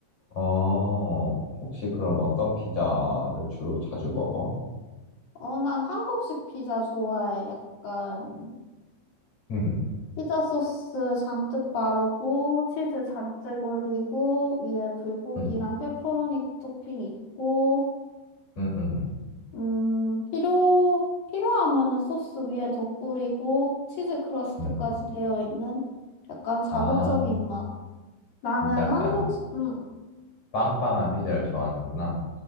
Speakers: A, on the left; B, on the left.
A: 어, 혹시 그럼 어떤 피자를 주로 자주 먹어?
B: 어, 난 한국식 피자 좋아해. 약간,
A: 음,
B: 피자 소스 잔뜩 바르고, 치즈 잔뜩 올리고, 위에 불고기랑
A: 음,
B: 페퍼로니 토핑 있고,
A: 음, 음,
B: 음, 필요, 필요하면은 소스 위에 덧뿌리고 치즈 크러스트까지
A: 음.
B: 되어 있는 약간 자극적인
A: 아,
B: 맛. 나는
A: 진짜 약간
B: 한국, 음,
A: 빵빵한 피자를 좋아하는구나.